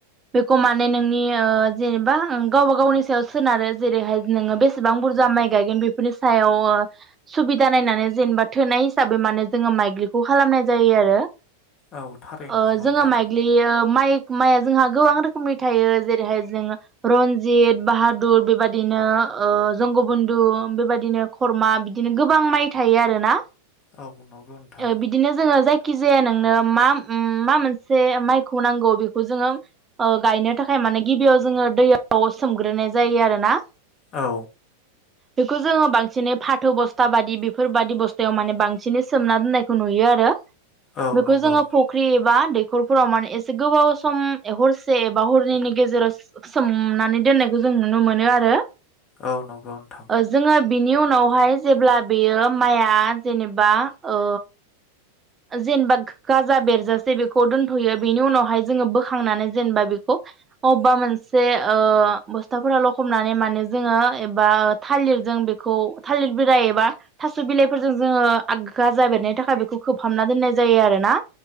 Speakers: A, on the right; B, on the left.
A: बेखौ माने नोंनि ओ जेनेबा ओ गावबा गावनि सायाव सोनारो जेरैहाय नोङो बेसेबां बुरजा माइ गायगोन बेफोरनि सायाव ओ सुबिदा नायनानै जेनेबा थोनाय हिसाबै माने जोङो माइग्रिखौ खालामनाय जायो आरो।
B: औ थारैनो
A: ओ
B: नंगौ
A: जोङो
B: नोंथां
A: माइग्लि ओ माइ माइआ जोंहा गोबां रोखोमै थायो जेरैहाय जोंङो रनजित, बाहादुर बेबादि नो ओ जोंगुबुनदु बेबायदिनो खरमा बिदिनो गोबां माइ थायो आरो ना?
B: औ नंगौ नोंथां
A: ओ बिदिनो जोङो जाय खिजाया नोंनो मा मा मोनसे माइखौ नांगौ बेखौ जोङो ओ गायनो थाखाय माने गिबियाव जोङो दैयाव सोमग्रोनाय जायो आरोना।
B: औ।
A: बेखौ जोङो बांसिनै फाथो बस्था बादि बेफोरबायदि बस्थायाव माने बांसिनै सोमना दोननायखौ नुयो आरो।
B: औ
A: बेखौ
B: नंगौ
A: जोङो फख्रि बा दैखरफोराव माने एसे गोबाव सम हरसे बा हरनैनि गेजेराव सो सोमनानै दोननायखौ जों नुनो मोनो आरो।
B: औ नंगौ नोंथां।
A: ओ जोङो बिनि उनावहाय जेब्ला बेयो माइआ जेनेबा ओ जेनेबा गाजा बेरजासे बेखौ दोनथ'यो। बेनि उनावहाय जोङो बोखांनानै जेनेबा बेखौ अबेबा मोनसे ओ बस्थाफोराव लखमनानै माने जोङो एबा थालिरजों बेखौ थालिर बिलाइ एबा थास' बिलाइफोरजों जोङो आ गाजा बेेरनायनि थाखाय बेखौ खोबहाबना दोननाय जायो आरो ना।